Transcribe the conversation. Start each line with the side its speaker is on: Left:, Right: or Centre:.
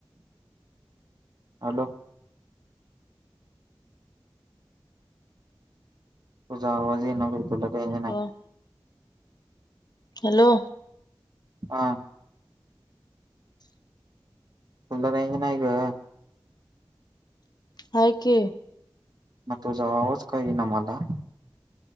Right: हॅलो तुझा आवाज ये ना रेंज नाही.
Left: अं, हॅलो
Right: हा फुल रेंज नाही ग.
Left: आहे की.
Right: मग तुझा आवाज का येईना मला